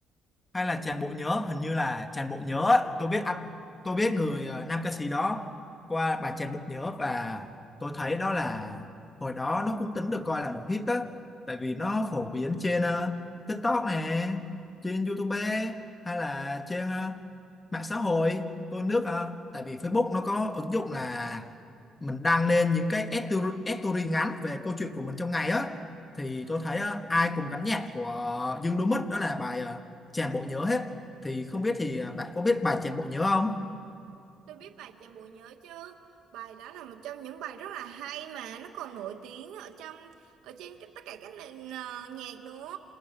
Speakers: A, on the left; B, on the right.
A: hay là tràn bộ nhớ hình như là tràn bộ nhớ á. tôi biết ạ, tôi biết người ờ, nam ca sĩ đó qua bài tràn bộ nhớ và tôi thấy đó là hồi đó nó cũng tính được coi là một hit đó tại vì nó phổ biến trên ờ, TikTok nè trên YouTube hay là trên ờ, mạng xã hội tôi nước ờ, tại vì Facebook nó có ứng dụng là mình đăng lên những cái story story ngắn về câu chuyện của mình trong ngày á thì
B: Ừ.
A: tôi thấy ờ, ai cùng gắn nhạc của Dương Đỗ Mất đó là bài ờ, tràn bộ nhớ hết thì không biết thì à, bạn có biết bài tràn bộ nhớ không
B: Tôi biết bài Chàng Bộ Nhớ chứ. Bài đó là một trong những bài rất là hay mà nó còn nổi tiếng ở trong ở trên tất cả các nền ờ, nhạc nữa.